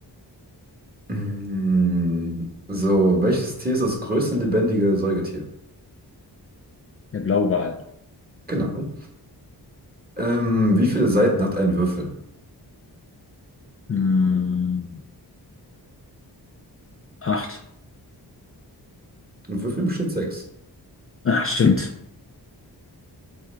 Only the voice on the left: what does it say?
Der Blauwal.
Hm, acht.
Ah, stimmt.